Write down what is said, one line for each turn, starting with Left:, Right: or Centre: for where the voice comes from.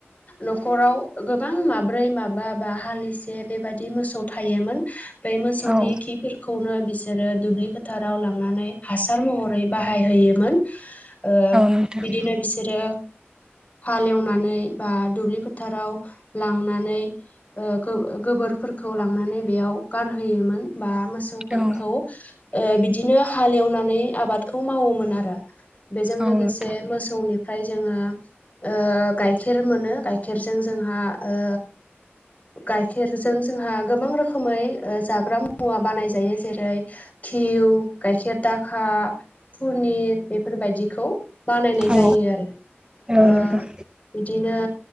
Left: न'खराव गोबां माब्रै माबा बा हालिसे बेबादि मोसौ थायोमोन। बे मोसौनि
Right: औ
Left: खिफोर खौनो बिसोरो दुब्लि फोथाराव लांनानै हासार महरै बाहायहोयोमोन। ओ
Right: नोंथां
Left: बिदिनो बिसोरो हालेवनानै बा दुब्लि फोथाराव लांनानै ओ गोब गोबोरफोरखौ लांनानै बेयाव गारहोयोमोन। बा मोसौ फोरखौ
Right: औ
Left: ओ बिदिनो हालेवनानै आबादखौ मावोमोन आरो। बेजों
Right: औ नोंथां
Left: लोगोसे मोसौनिफ्राय जोङो? ओ गाय खेर मोनो गाइखेरजों जोंहा ओ गाइखेरजों जोंहा गोबां रोखोमै ओ जाग्रा मुवा बानाय जायो। जेरै घिउ गाइखेर दाखा पुनिर बेफोरबायदिखौ बानायनाय
Right: औ
Left: जायो। आरो
Right: औ
Left: ओ
Right: नोंथां
Left: बिदिनो